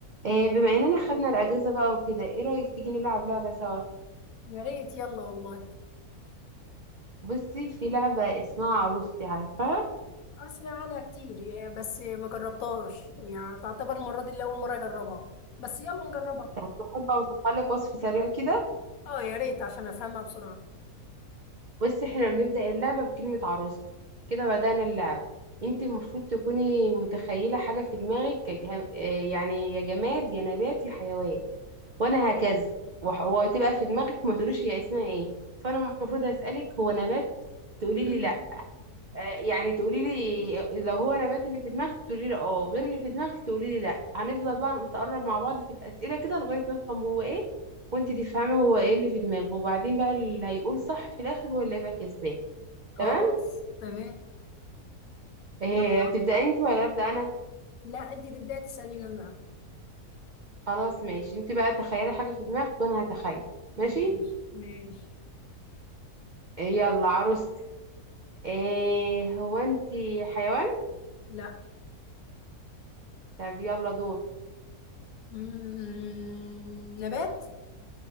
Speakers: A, on the right; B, on the left.
A: آه، بما اننا خدنا الاجازه بقى وكده ايه رايك تيجي نلعب لعبه سوا
B: يا ريت يلا والله
A: بصي في لعبه اسمها عروستي عارفاها
B: اسمع عنها كتير يعني بس ما جربتهاش يعني تعتبر المرة دي الاول مرة اجربها بس يلا نجربها
A: طب تحب اوصفها لك وصف سريع كده
B: اه يا ريت عشان افهمها بسرعة
A: بصي احنا بنبدا اللعبه بكلمه عروستي كده بدانا اللعبه انت المفروض تكوني متخيله حاجه في دماغك كجه... آه، يعني يا جماد يا نبات يا حيوان وانا هكذا وح- وهتبقى في دماغك ما تقوليش هي اسمها ايه فانا المفروض اسالك هو نبات تقولي
B: <clears throat>
A: لي لا آه، يعني تقولي لي لو هو نبات اللي في دماغك تقولي لي اه غير اللي في دماغك تقولي لي لا هنفضل بقى نتقرب مع بعض في الأسئلة كده لغاية ما نفهم هو ايه وانت تفهمي هو ايه اللي في دماغه وبعدين بقى اللي هيقول صح في الآخر هو اللي هيبقى كسبان
B: خلاص
A: تمام
B: تمام
A: آه،
B: يلا.
A: هتبدأي انت ولا أبدأ انا
B: لا انت تبداي تسأليني انا
A: خلاص ماشي انت بقى تخيلي حاجة في دماغك وانا هتخيل ماشي
B: ماشي ماشي
A: آه، يلا عروست آه، هو انت حيوان
B: لا
A: طب يلا دور
B: مم، نبات